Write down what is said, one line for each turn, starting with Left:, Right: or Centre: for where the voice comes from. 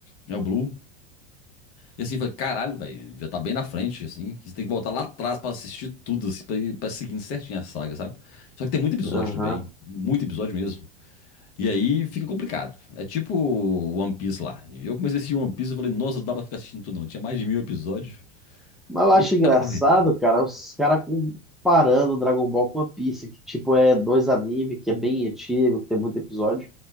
Left: É o Blue. E assim, eu falei, caralho, velho, já tá bem na frente, assim. Você tem que voltar lá atrás pra assistir tudo, assim, pra, ir- pra seguindo certinho a saga, sabe? Só que tem muito episódio
Centre: Aham.
Left: também. Muito episódio mesmo. E aí fica complicado. É tipo One Piece lá. E Eu comecei a assistir One Piece e falei, nossa, não dá pra ficar assistindo tudo não. Tinha mais de mil episódios.
Centre: Mas eu
Left: E
Centre: acho
Left: aí aquela
Centre: engraçado,
Left: correria.
Centre: cara, os caras comparando Dragon Ball com One Piece, que tipo é dois anime, que é bem antigo, que tem muito episódio.